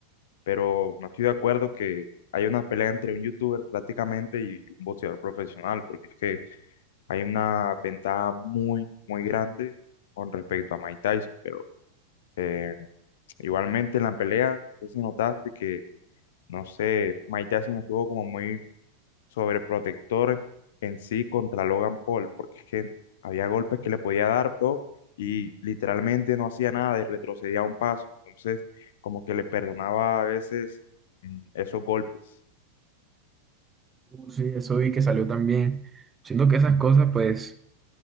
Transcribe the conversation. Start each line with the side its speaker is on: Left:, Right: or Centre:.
Left: pero no estoy de acuerdo que haya una pelea entre un youtuber prácticamente y un boxeador profesional, porque es que hay una ventaja muy, muy grande con respecto a Mike Tyson, pero eh, igualmente en la pelea, no sé si notaste que, no sé, Mike Tyson estuvo como muy sobreprotector en sí contra Logan Paul, porque es que había golpes que le podía dar, bro, y literalmente no hacía nada y retrocedía un paso. Entonces, como que le perdonaba a veces mm, esos golpes.
Right: Uh, Sí, eso vi que salió también. Siento que esas cosas, pues